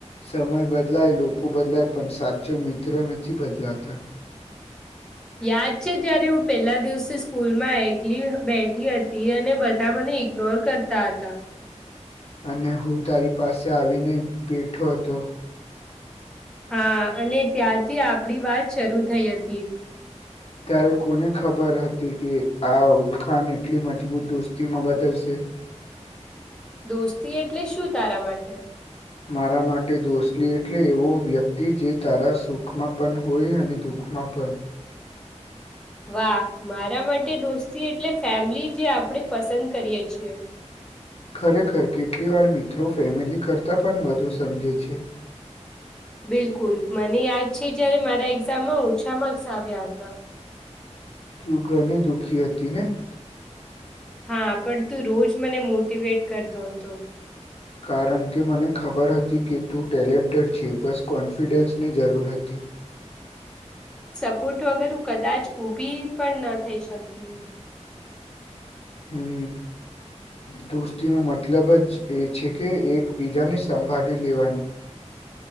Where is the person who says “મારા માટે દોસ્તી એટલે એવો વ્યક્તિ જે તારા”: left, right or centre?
Left